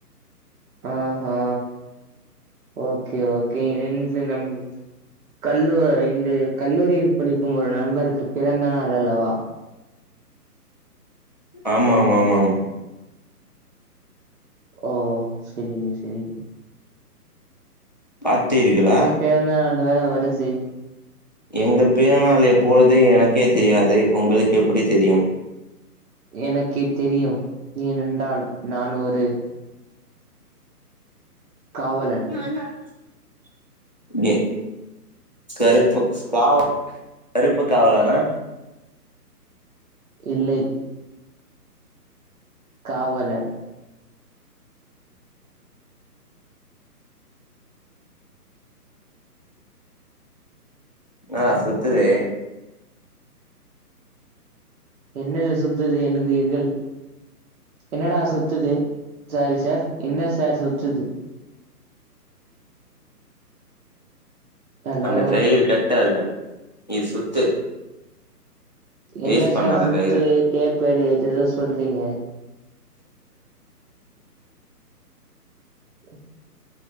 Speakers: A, on the right; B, on the left.
A: ஆஹா ஓகே ஓகே இன்சி நம் கல்லூ இந்த கல்லூரியில் படிக்கும் ஒரு நண்பருக்கு பிறந்த நாள் அல்லவா
B: ஆமா ஆமா ஆமாம்
A: ஓ செரிங்க செரிங்க
B: பாத்தீட்டீர்களா
A: பெறந்த நாடு வேற வருசி
B: எங்க பிறநாள் எப்பொழுது எனக்கே தெரியாது உங்களுக்கு எப்படி தெரியும்
A: எனக்கெ தெரியும் ஏனென்றால் நான் ஒரு காவலன்.
B: <unintelligible> கருப்பு காவ கருப்பு காவலானா
A: இல்லை காவலன்
B: என்னடா சுத்துதே
A: என்னது சுத்துது என்னுகிறீர்கள் என்னடா சுத்துது சாரி சார் என்ன சார் சுத்துது ஹலோ
B: அந்த கயிறு கட்ட அதுல நீ சுத்து வேஸ்ட்
A: என்ன
B: பண்ணாத
A: சார் சுத்து
B: கயிற
A: டேப்பெடு ஏதெதோ சொல்றீங்க <inaudible>